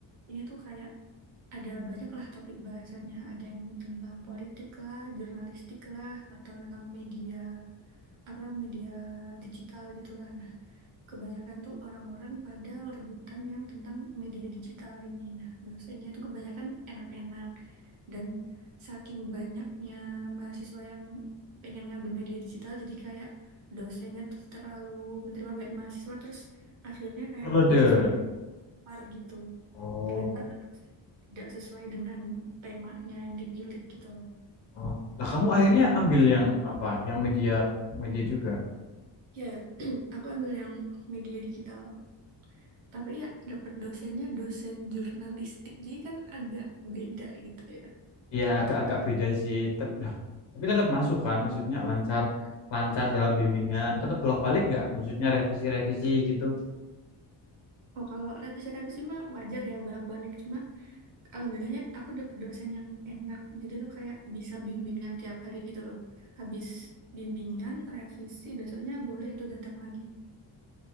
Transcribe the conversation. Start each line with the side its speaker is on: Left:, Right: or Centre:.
Right: ini tuh kayak ada banyak lah topik bahasanya. Ada yang tentang politik lah, jurnalistik lah, atau tentang media, apa media digital gitu Nah, kebanyakan tuh orang-orang pada rebutan yang tentang media digital ini. Nah, dosennya tuh kebanyakan enak-enak. Dan saking banyaknya mahasiswa yang pengen ngambil media digital, jadi kayak dosennya tuh terlalu menerima banyak mahasiswa, terus akhirnya kayak
Left: overloaded.
Right: mahasiswanya par gitu
Left: Oh.
Right: terlempar ke dosen yang tidak sesuai dengan temanya yang dipilih gitu loh.
Left: Oh. Lah kamu akhirnya ambil yang apa? Yang media media juga.
Right: Ya, <clears throat> aku ambil yang media digital. Tapi ya dapat dosennya dosen jurnalistik. Jadi kan agak beda gitu ya.
Left: Iya, agak-agak beda sih. Tep, lah, tapi tetap masuk kan, maksudnya lancar lancar dalam bimbingan, tetap bolak-balik nggak? Maksudnya revisi-revisi gitu.
Right: Oh, kalau revisi-revisi mah wajar ya bolak-balik. Cuma alhamdulillahnya aku dapat dosen yang enak. Jadi tuh kayak bisa bimbingan tiap hari gitu loh. Habis bimbingan, revisi, besoknya boleh tuh datang lagi.